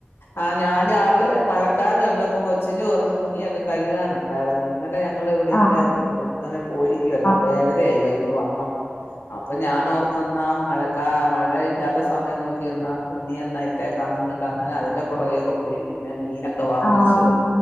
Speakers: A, on the left (about 75°); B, on the left (about 45°).
A: ആഹ് ഞാൻ രാവിലെ മഴക്കാറ് കണ്ടപ്പം കൊച്ചിന്റെ കൊറച്ച് തുണിയൊക്കെ കഴുകാനുണ്ട്. വേറെന്തായിരുന്നു ഇന്നലെ ഞങ്ങൾ ഇവിടെ
B: ആഹ്
A: ഇല്ലായിരുന്നു ഒരിടം വരെ പോയിരിക്കയിരുന്നു
B: ആഹ്
A: അപ്പൊ ഏഴരയായി വൈകിട്ട് വന്നപ്പോ അപ്പൊ ഞാനോർത്തന്നാ മഴക്കാ മഴയില്ലാത്ത സമയം നോക്കി വന്നാ തുണി എന്നായിട്ടേക്കാന്ന കണ്ട് അങ്ങനെ അതിന്റെ പുറകേക്കൊക്കെ പോയി പിന്നെ മീനൊക്കെ വാങ്ങിച്ച്
B: ആഹ്